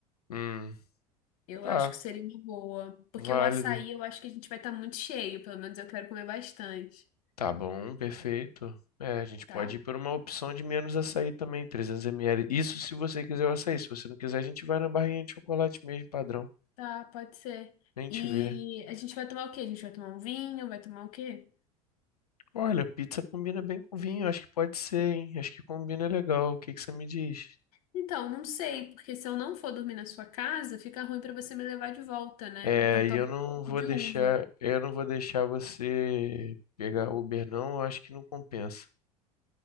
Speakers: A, on the left; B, on the left.
A: Hum,
B: Eu
A: tá,
B: acho que seria uma boa. Porque
A: válido.
B: o açaí eu acho que a gente vai estar muito cheio, pelo menos eu quero comer bastante,
A: Tá bom, perfeito. É, a gente
B: tá?
A: pode ir por uma opção de menos açaí também, 300 ml. Isso se você quiser o açaí. Se você não quiser, a gente vai na barrinha de chocolate mesmo, padrão.
B: Tá, pode ser.
A: Nem
B: E
A: te vê.
B: a gente vai tomar o quê? A gente vai tomar um vinho, vai tomar o quê?
A: Olha, pizza combina bem com vinho, acho que pode ser, hein? Acho que combina legal. O que que você me diz?
B: Então, não sei, porque se eu não for dormir na sua casa, fica ruim para você me levar de volta, né?
A: É,
B: Então, talvez
A: e eu não
B: um pouco
A: vou
B: de
A: deixar,
B: uva.
A: eu não vou deixar você pegar Uber, não, eu acho que não compensa.